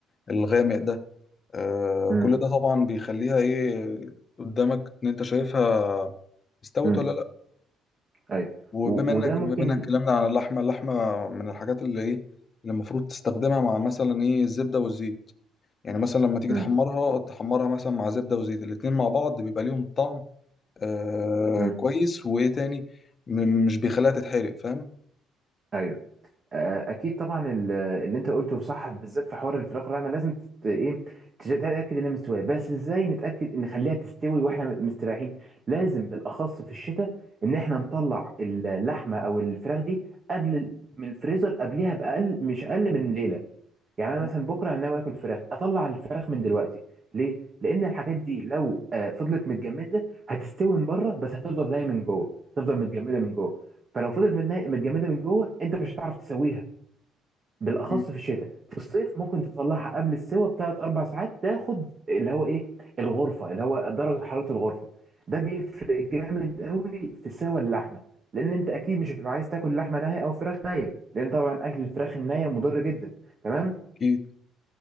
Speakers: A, on the left (about 35°); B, on the right (about 35°).
A: الغامق ده آه
B: م-
A: كل ده طبعا بيخليها ايه قدامك ان انت شايفها استوت
B: م.
A: ولا لا
B: ايوه
A: وبما
B: و-
A: انك
B: وده ممكن
A: بما انك اتكلمنا على اللحمه اللحمه من الحاجات اللي ايه اللي المفروض تستخدمها مع مثلا ايه الزبده والزيت يعني مثلا لما تيجي
B: م-
A: تحمرها تحمرها مثلا مع زبده وزيت الاتنين مع بعض بيبقى ليهم طعم آه
B: م.
A: كويس وايه تاني م- مش بيخليها تتحرق فاهم
B: ايوه آه، اكيد طبعا ال- اللي انت قلته صح بالذات في حوار الفراخ واللحمه لازم تت... ايه تش- تتاكد انها مستويه بس ازاي نتاكد ان نخليها تستوي واحنا م- مستريحين لازم بالاخص في الشتاء ان احنا نطلع اللحمه او الفراخ دي قبل ال- من الفريزر قبليها باقل مش اقل من ليله يعني انا
A: مم.
B: مثلا بكره انا ناوي اكل فراخ اطلع الفراخ من دلوقتي ليه لان الحاجات دي لو آه، فضلت متجمده هتستوي من بره بس هتفضل نايه من جوه هتفضل متجمده من جوه فلو فضلت متنا- متجمده من جوه انت مش هتعرف تسويها بالاخص
A: مم.
B: في الشتاء في الصيف ممكن تطلعها قبل السوى بثلاث اربع ساعات تاخد اللي هو ايه الغرفه اللي هو درجه حراره الغرفه ده بيفرق جامد قوي في سوى اللحمه لان انت اكيد مش هتبقى عايز تاكل لحمه نيه او فراخ نيه لان طبعا اكل الفراخ النيه مضر جدا تمام
A: اكيد